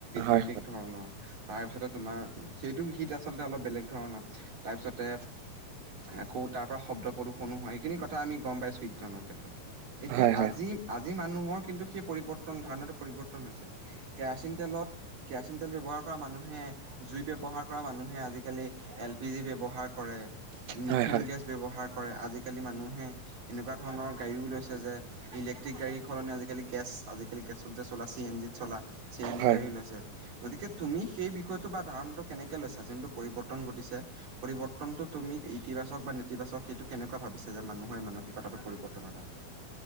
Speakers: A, on the right; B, on the right.
A: হয়
B: বিশেষ
A: হয়
B: ধৰণৰ। তাৰপিছতে তোমাৰ সেইটো হিত আচলতে অলপ বেলেগ ধৰণৰ, তাৰপিছতে আকৌ তাৰ পৰা শব্দ প্ৰদূষণো হয়, সেইখিনি কথা আমি গম পাইছোঁ ইন্ধনৰ ক্ষেত্ৰত। এতিয়া
A: হয়
B: আজি আজি মানুহৰ কিন্তু সেই পৰিৱৰ্তন ধাৰণা পৰিৱৰ্তন হৈছে। কেৰাচিন তেলত কেৰাচিন তেল ব্যৱহাৰ কৰা মানুহে জুই ব্যৱহাৰ কৰা মানুহে আজিকালি এল পি জি ব্যৱহাৰ কৰে। মিথেন
A: হয় হয়
B: গেছ ব্যৱহাৰ কৰে। আজিকালি মানুহে এনেকুৱা ধৰণৰ গাড়ীও লৈছে যে ইলেক্ট্ৰিক গাড়ী সলনি আজিকালি গেছ আজিকালি গেছত যে চলা চি এন জিত চলা চি এন জি
A: হয়
B: গাড়ীও
A: হয়
B: লৈছে। গতিকে তুমি সেই বিষয়টো বা ধাৰণাটো কেনেকে লৈছা যোনটো পৰিবৰ্তন ঘটিছে? পৰিৱৰ্তনটো তুমি ইতিবাচক বা নেতিবাচক সেইটো কেনেকুৱা ভাবিছে যে মানুহৰ মানসিকতাটো পৰিৱৰ্তনৰ কাৰণে?